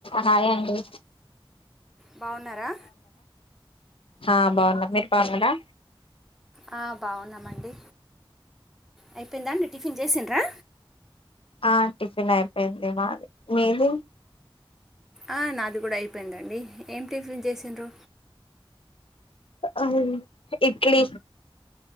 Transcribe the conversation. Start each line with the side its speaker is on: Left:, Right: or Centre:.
Left: Hi అండి
Centre: బాగున్నారా
Left: హ బాగున్నా మీరు బాగున్నారా
Centre: ఆ, బాగున్నామండి అయిపోయిందా అండి టిఫిన్ చేసిండ్రా
Left: ఆ టిఫిన్ అయిపోయింది మాది మీది
Centre: ఆ నాది కూడా అయిపోయిందండి ఏం టిఫిన్ చేసండ్రు
Left: ఆ ఇడ్లీ